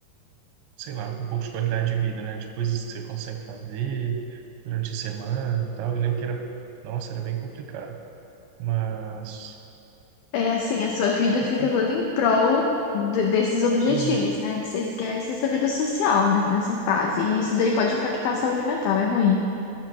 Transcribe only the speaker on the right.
sei lá, um pouco de qualidade de vida, né? De coisas que você consegue fazer durante a semana e tal. Eu lembro que era, nossa, era bem complicado. Mas,
eu,
uhum,